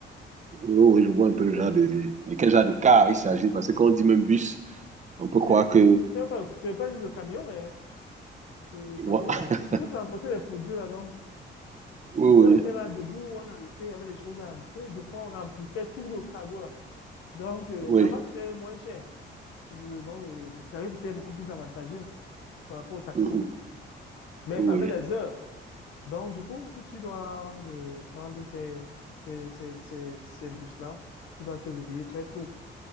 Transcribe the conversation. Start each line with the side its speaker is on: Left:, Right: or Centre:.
Right: Oh, oui, je vois un peu
Left: Oh,
Right: le genre de, de quel genre
Left: ouais.
Right: de car il s'agit. Parce que quand on dit même bus, on peut croire
Left: C'est
Right: que.
Left: c'est pas peu, c'est pas le camion, mais c'est le
Right: <laughs>
Left: camion. C'est pour transporter les produits là donc.
Right: Oui,
Left: Du
Right: oui,
Left: coup, on était là debout, on arrêtait, il y avait des choses à arrêter, de fois on remplissait tout le cargo là. Donc euh,
Right: oui.
Left: là-bas c'était moins cher, Le- donc le, le tarif était beaucoup plus avantageux par rapport au taxi.
Right: Mhm.
Left: Mais
Right: Oui,
Left: ça
Right: oui.
Left: avait les heures. Donc, du coup, si tu dois euh, prendre ces, ces, ces, ces, ces bus-là, tu dois te réveiller très tôt